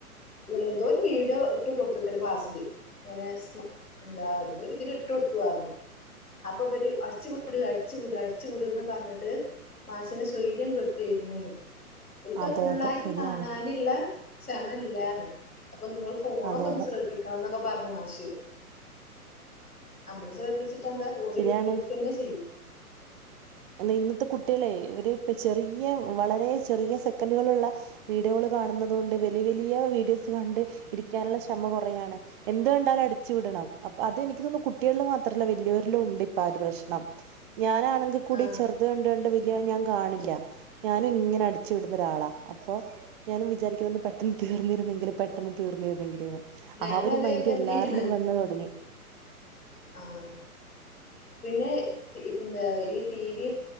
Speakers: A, on the left (about 75°); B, on the right (about 35°).
A: എന്തോ ഒരു വീഡിയോ ഇട്ട് കൊടുത്തു അത്ര ക്ലാസ്സില് ഇങ്ങനെ എന്താ എന്തോ ഒരു ഇത് ഇട്ട് കൊടുത്തുരുന്നു അപ്പൊ ഇവര് അടിച്ച വിടു അടിച്ചു വിടു അടിച്ചു വിട് എന്ന് പറഞ്ഞിട്ട് മാഷിനെ സ്വൈര്യം കടുത്തിരുന്നുന്ന് ഇവർക്ക്
B: അതെ
A: ഫുൾ
B: അതെ
A: ആയിട്ട്
B: ശരിയാണ്
A: കാണാനുള്ള ക്ഷമ ഇല്ലന്ന് അപ്പൊ നിങ്ങൾ ഫോണൊക്കെ
B: അതെ
A: ഒന്ന്
B: അതെ
A: ശ്രദ്ധിക്ക ണം എന്നൊക്കെ പറഞ്ഞു മാശ് നമ്മള് ശ്രദ്ധിച്ചിട്ട ശ്രദ്ധിച്ചാൽ എന്താ ഒരു
B: ശരിയാണ്
A: എടുക്ക തന്നെ ചെയ്യും
B: ആഹ് ഇന്നത്തെ കുട്ടികളെ ഇപ്പ ചെറിയ വളരെ ചെറിയ സെക്കൻഡുകളുള്ള വീഡിയോകള് കാണുന്നത് കൊണ്ട് വലിയ വലിയ വീഡിയോസ് കണ്ട് ഇരിക്കാനുള്ള ക്ഷമ കുറയാണ് എന്ത് കണ്ടാലും അടിച്ചു വിടണം ആഹ് അത് എനിക്ക് തോന്നുന്നു കുട്ടികളിൽ മാത്രല്ല വലിയോരിലും ഉണ്ട് ഇപ്പൊ ആ ഒരു പ്രശ്നം ഞാനാണെങ്കിൽ കൂടി
A: ആഹ്
B: ചെറു ത് കണ്ട് കണ്ട് വലിയ ഞാൻ കാണില്ല ഞാനും ഇങ്ങനെ അടിച്ചു വിടുന്ന ഒരാളാ അപ്പൊ ഞാനും വിചാരിക്കുന്ന ഒന്ന് പെട്ടെന്ന് തീർന്നരുന്നെങ്കില് പെട്ടെന്ന് തീർന്നിരുന്നെങ്കിലിൽ എന്നാണ്
A: ഞാനും
B: ആ ഒരു
A: അതെ
B: മൈൻഡ്
A: തന്നെയാണ്
B: എല്ലാരിലും വന്ന് തുടങ്ങി
A: ആഹ് പിന്നെ ന്താ ഈ ടി വി